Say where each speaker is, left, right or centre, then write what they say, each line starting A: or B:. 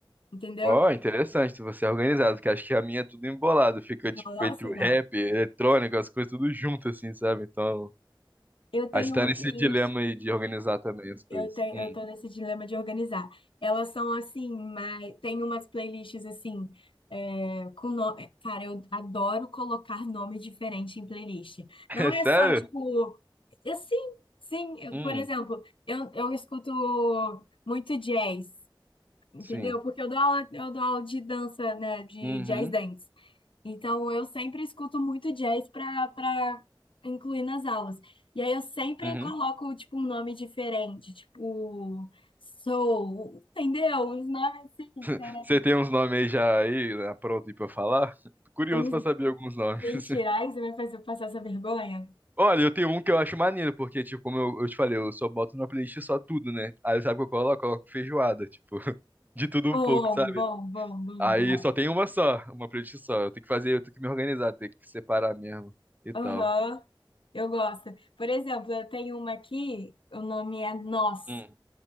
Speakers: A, on the left; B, on the right.
A: entendeu?
B: Ó, interessante, você é organizado, porque acho que a minha é tudo embolado. Fica,
A: Nossa,
B: tipo, entre o
A: não.
B: rap, eletrônico, as coisas tudo junto, assim, sabe? Então,
A: Eu tenho
B: aí você tá
A: uma
B: nesse
A: playlist.
B: dilema aí de organizar também as coisas.
A: Eu tenho,
B: Hum.
A: eu tô nesse dilema de organizar. Elas são assim, mas tem umas playlists assim, é, com no... é, Cara, eu adoro colocar <laughs> nome diferente em playlist.
B: <laughs>
A: Não
B: É
A: é
B: sério?
A: só tipo, eu, sim, sim. eu-
B: Hum,
A: por exemplo, eu, eu escuto muito jazz, entendeu?
B: sim.
A: Porque eu dou aula, eu dou aula de dança, né, de
B: Uhum,
A: jazz dance. Então, eu sempre escuto muito jazz para para incluir nas aulas. E aí eu sempre
B: uhum.
A: coloco tipo um nome diferente, tipo soul, entendeu? Uns nomes assim
B: <laughs>
A: diferentes,
B: Você tem uns nomes aí já aí, né, pronto aí pra falar? Tô Curioso
A: uns
B: pra saber alguns nomes.
A: mentira,
B: <laughs>
A: ai, você vai fazer eu passar essa vergonha?
B: Olha, eu tenho um que eu acho maneiro, porque, tipo, como eu, eu te falei, eu só boto na playlist só tudo, né? Aí sabe o que eu coloco? Eu coloco feijoada, tipo, <laughs> de tudo
A: Bom,
B: um pouco, sabe?
A: bom, bom, bom,
B: Aí
A: bom.
B: só tem uma só, uma playlist só. Eu tenho que fazer, eu tenho que me organizar, tenho que separar mesmo e
A: Aham.
B: tal.
A: Eu gosto. Por exemplo, eu tenho uma aqui, o nome é Nós.
B: Hum.